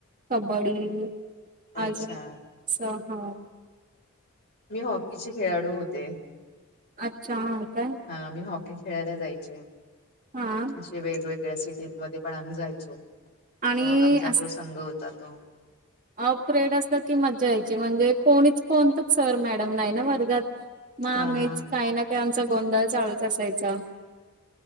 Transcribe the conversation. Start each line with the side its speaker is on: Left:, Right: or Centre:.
Right: कबड्डी
Left: अच्छा
Right: आज <unintelligible> सहा
Left: मी हॉकीची खेळाडू होते.
Right: अच्छा अं का.
Left: आम्ही हॉकी खेळायला जायचे.
Right: हां.
Left: जे वेगवेगळ्या सिटीज मध्ये पण आम्ही जायचो.
Right: आणि
Left: आमचा जो संघ होता तो.
Right: हाफ प्रेड असलं की मजा यायची, म्हणजे कोणीच कोणतच सर मॅडम नाही ना वर्गात. मग आम्हीच
Left: हा हा
Right: काही ना काही आमचा गोंधळ चालूच असायचा.